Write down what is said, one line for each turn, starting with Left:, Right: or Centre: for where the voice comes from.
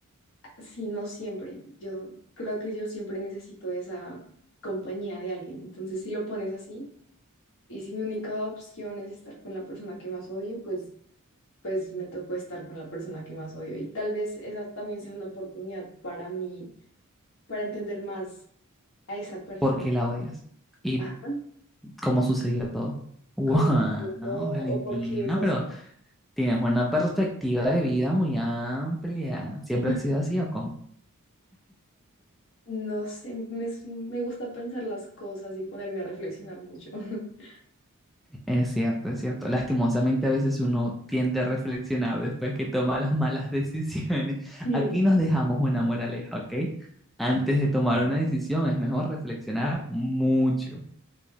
Left: si no siempre, yo creo que yo siempre necesito esa compañía de alguien. Entonces, si lo pones así y si mi única opción es estar con la persona que más odio, pues pues me tocó estar con la persona que más odio. Y tal vez esa también sea una oportunidad para mí, para entender más a esa persona.
Centre: porque la odias. Y
Left: Ajá.
Centre: cómo sucedió todo. <laughs> Wow,
Left: Como
Centre: Valentina,
Left: o porque esas,
Centre: pero tienes una perspectiva de vida muy amplia. ¿Siempre
Left: <laughs>
Centre: ha sido así o cómo?
Left: no sé, me, s- me gusta pensar las cosas y ponerme a reflexionar mucho. <laughs>
Centre: Es cierto, es cierto. Lastimosamente a veces uno tiende a reflexionar después que toma las malas <laughs> decisiones.
Left: Literal.
Centre: Aquí nos dejamos una moraleja, ¿ok? Antes de tomar una decisión es mejor reflexionar mucho.